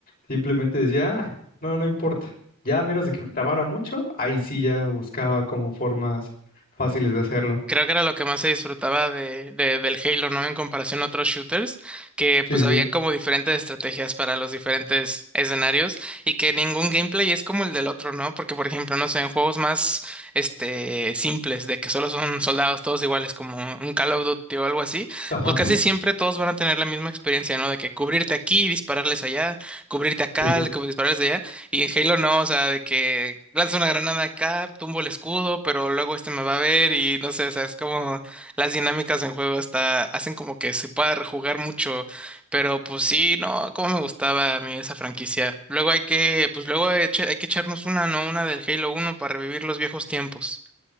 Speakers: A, on the left; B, in the centre.
A: simplemente decía, "Ah, no, no importa. Ya a menos de que me trabara mucho, ahí sí ya buscaba como formas fáciles de hacerlo.
B: creo que era lo que más se disfrutaba de, de- del Halo, ¿no? En comparación a otros shooters, que
A: Sí,
B: pues habían
A: sí.
B: como diferentes estrategias para los diferentes escenarios y que ningún gameplay es como el del otro, ¿no? Porque, por ejemplo, no sé, en juegos más, este, simples, de que solo son soldados todos iguales, como un Call of Duty o algo así,
A: Ajá.
B: pues casi siempre todos van a tener la misma experiencia, ¿no? De que cubrirte aquí, dispararles allá, cubrirte acá,
A: Sí, sí.
B: dispararles allá. Y en Halo no, o sea, de que lanzo una granada acá, tumbo el escudo, pero luego este me va a ver y no sé, o sea, es como las dinámicas en juego hasta hacen como que se pueda rejugar mucho, pero pues sí, no, cómo me gustaba a mí esa franquicia. Luego hay que, pues luego eche- hay que echarnos una, ¿no? Una del Halo uno para revivir los viejos tiempos.